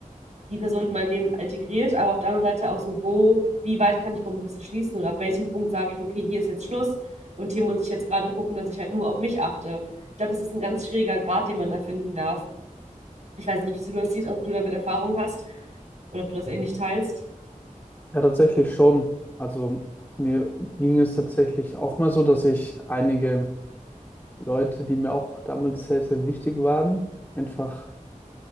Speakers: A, on the right (about 55°); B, on the left (about 15°).
A: die Person in mein Leben integriert, aber auf der anderen Seite auch so, wo, wie weit kann ich Kompromisse schließen oder ab welchem Punkt sage ich, okay, hier ist jetzt Schluss und hier muss ich jetzt gerade gucken, dass ich halt nur auf mich achte. Ich glaube, das ist ein ganz schwieriger Grad, den man da finden darf. Ich weiß nicht, wie du das siehst, ob du damit Erfahrung hast oder ob du das ähnlich teilst.
B: Ja, tatsächlich schon. Also mir ging es tatsächlich auch mal so, dass ich einige Leute, die mir auch damals sehr, sehr wichtig waren, einfach